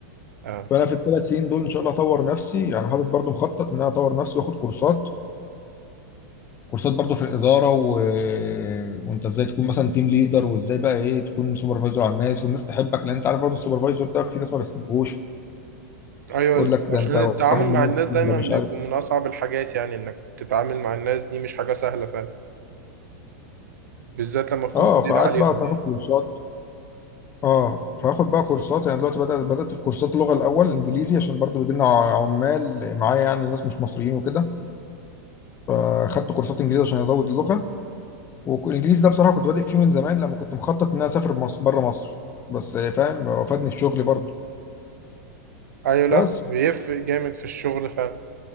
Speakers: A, on the right (about 85°); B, on the left (about 25°).
A: آه.
B: فانا في الثلاث سنين دول ان شاء الله اطور نفسي يعني حاطط برضو مخطط ان انا اطور نفسي واخد كورسات كورسات برضو في الاداره و... وانت ازاي تكون مثلا تيم ليدر وازاي بقى ايه تكون سوبرفايزر على الناس والناس تحبك لان انت عارف برضو السوبرفايزر ده في ناس ما بتحبهوش
A: ايوه
B: تقول لك ده
A: عشان
B: انت
A: التعامل
B: واحد من
A: مع الناس
B: الناس
A: دايما
B: ده مش
A: بيكون
B: عارف
A: من اصعب الحاجات يعني انك تتعامل مع الناس دي مش حاجه سهله فعلا بالذات لما تكون
B: اه
A: مدير
B: فقعدت
A: عليهم
B: بقى تاخد
A: يعني
B: كورسات اه فاخد بقى كورسات يعني دلوقتي بدأت بدأت في كورسات لغة الأول إنجليزي عشان برضو بيجي لنا عمال معايا يعني ناس مش مصريين وكده فاخدت كورسات إنجليزي عشان أزود اللغة والإنجليزي ده بصراحة كنت بادئ فيه من زمان لما كنت مخطط إن أنا أسافر مصر بره مصر بس فاهم وفادني في شغلي برضو
A: ايوه لا
B: بس
A: بيفرق جامد في الشغل فعلا